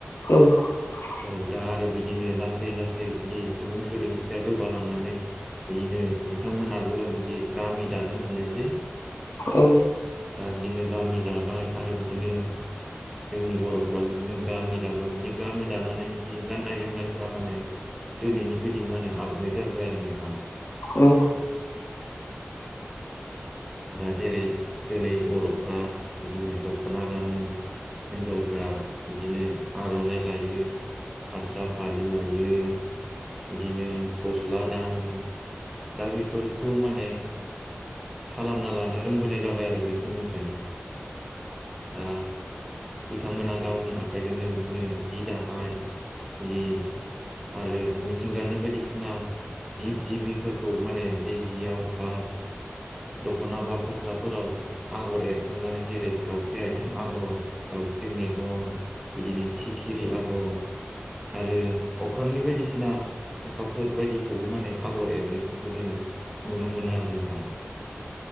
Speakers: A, on the left; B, in the centre.
A: <unintelligible>
B: औ दा आरो बिदिनो लासै लासै बिदि सुबुं सोदोमसि या जौगालांनानै बिदिनो बिथांमोनाबो बिदि गामि दानो हमनायसै।
A: औ।
B: दा बिदिनो गामि दाबाय आरो बिदिनो जोंनि बर' औ बिदिनो गामि दाबाय बिदि गामि दानानै बिदि गाननाय जोमनायफ्रा माने दिनैनि बायदि माने आपग्रेड जाबाय आरो नोंथां।
A: औ।
B: दा जेरै दिनै बर'फ्रा बिदिनो दख'ना गानो हिन्जावफोरा बिदिनो आर'नाइ लायो। हास्रा फालि लायो बिदिनो गस्ला गानो दा बेफोरखौ माने खालामना लानो रोंबोनाय जाबाय आरो बै समनिफ्रायनो दा बिथांमोनहा गावनि आखाइजोंनो बिदिनो जि दानाय जि आरो मिथिंगानि बायदिसिना जिब जिबिफोरखौ माने बे जियाव बा दख'ना बा भासराफोराव आगर एरखांनाय जेरै दाउस्रि आथिं आगर, दाउस्रि मेगन बिदिनो सिखिरि आगर आरो अख्रांनि बायदिसिना अखाफोर बायदिखौबो माने आगर एरनायफोरखौ जोङो नुनो मोनो आरो नोंथां।